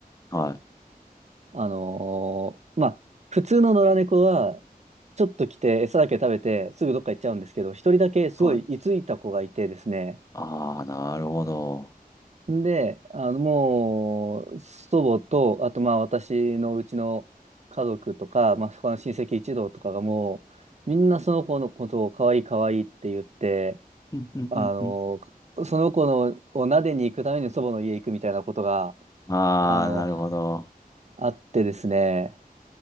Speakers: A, on the left; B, on the right.
A: はい。
B: あのーまあ、普通の野良猫は、ちょっと来て餌だけ食べてすぐどっか行っちゃうんですけど、一人だけすごい居ついた子がいてですね、
A: はいああ、なるほど。
B: で、あの、もう、祖母と、あと、まあ、私のうちの家族とか、まあ、他の親戚一同とかがもう、みんなその子のことを可愛い可愛いって言って、
A: うんうんうんうん。
B: あの、その子のを撫でに行くために祖母の家行くみたいなことが、
A: ああ、
B: あの、
A: なるほど。
B: あってですね。